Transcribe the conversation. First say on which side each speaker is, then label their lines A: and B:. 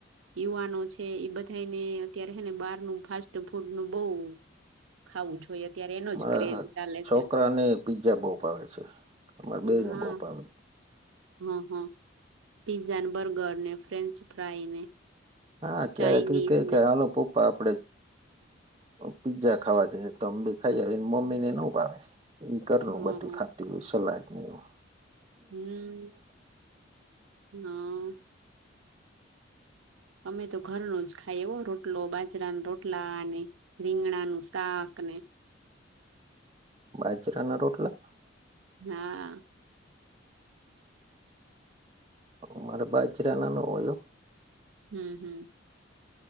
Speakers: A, on the right (about 75°); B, on the right (about 25°).
A: યુવાનો છે, ઈ બધાયને અત્યારે હે ને બહારનું ફાસ્ટ ફૂડ નું બો ખાવું જોઈએ
B: મારા હ
A: ચાલે
B: છોકરા
A: છે
B: ને પીજ્જા બો ભાવે છે, અમારે બેય
A: હા
B: ને બો ભાવે
A: હ હ, પિઝઝા ને બર્ગર ને ફ્રેન્ચ ફ્રાય ને
B: હા ક્યારે
A: ચાઇનીઝ
B: કઈ કઈક
A: ને
B: હાલો પપ્પા આપડે પીજ્જા ખાવા જ તો અમ બી ખાઈ આવે મમ્મી ને નવ ભાવે. એ કરલુ
A: હ
B: બધું
A: હ
B: ખાતી હોય સલાડ નેવું.
A: હમ હા અમે તો ઘરનો જ ખાઈ એવ રોટલો બાજરા રોટલા અને રીંગણા નું સાક ને
B: બાજરાના રોટલા
A: હા
B: અમારા બાજીરા ના ન હોય.
A: હમ્મ હમ્મ